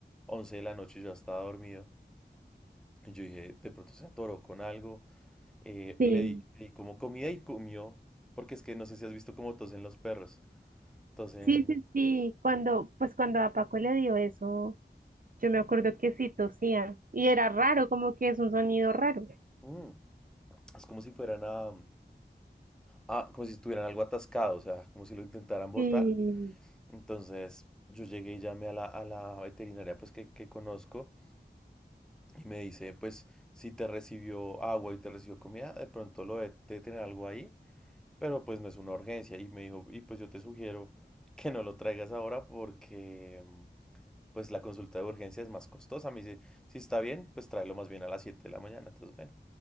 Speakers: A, in the centre; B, on the right.
A: 11 de la noche, yo ya estaba dormido. Y yo dije, de pronto se atoró con algo. Eh,
B: Sí,
A: le di, le di como comida y comió, porque es que no sé si has visto cómo tosen los perros. Entonces,
B: sí, sí, sí, cuando pues cuando a Paco le dio eso. Yo me acuerdo que sí tosía y era raro, como que es un sonido raro.
A: mm, es como si fueran a, a- como si estuvieran algo atascado, o sea, como si lo intentaran botar.
B: Sí.
A: Entonces, yo llegué y llamé a la, a la veterinaria pues que, que conozco y me dice, pues, si te recibió agua y te recibió comida, de pronto lo de, de tener algo ahí, pero pues no es una urgencia. Y me dijo, y pues yo te sugiero que no lo traigas ahora porque... mm, pues la consulta de urgencia es más costosa. Me dice, si si está bien, pues tráelo más bien a las 7 de la mañana. Entonces, bueno,